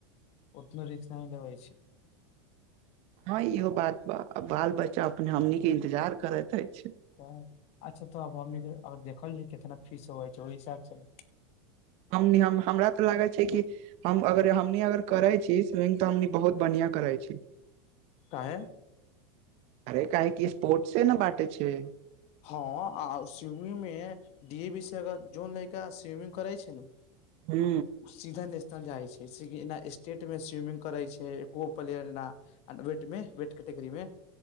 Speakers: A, on the left; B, on the right.
A: ओतनो रिक्सा नहि लेबयै छै
B: हँ इहो बात बाल बच्चा अपने हमनी इंतजार करैत अछि
A: अच्छा तऽब हमनीके देखल जा कितना फीस होबै छै ओहि हिसाबसँ
B: हम हमरा ते लागे छै कि हम अगर हमनी अगर करे छी स्विमिंग तऽ हमनी बहुत बढ़ियाँ करय छै
A: काहे
B: एका एकी स्पोर्ट्स से ने बटे छै
A: हँ आउ स्विमिंग मे डी ए विषाग जोन लड़का स्विमिंग करै छै न
B: हू
A: सीधा नेशनल जाइ छैना स्टेट में स्विमिंग करे छै एको प्लेयर ना वटमे वट कटगरी मे